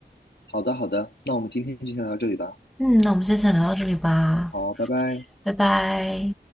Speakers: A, on the left; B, in the centre.
A: 好的，好的，那我们今天就先聊到这里吧。
B: 嗯，那我们先先聊到这里吧，
A: 好，拜拜。
B: 拜拜。